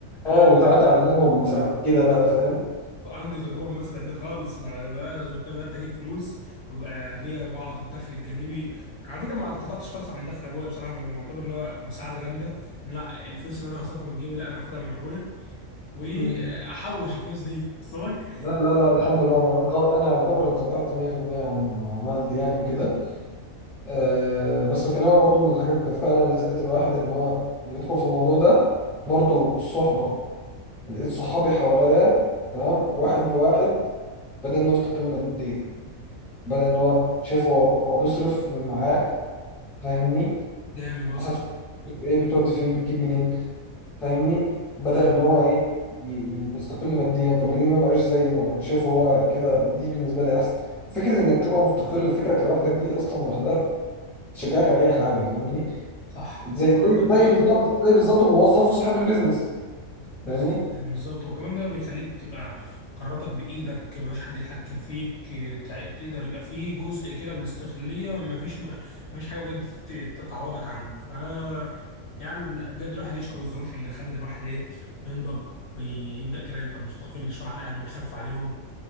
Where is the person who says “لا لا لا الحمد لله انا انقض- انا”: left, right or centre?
Centre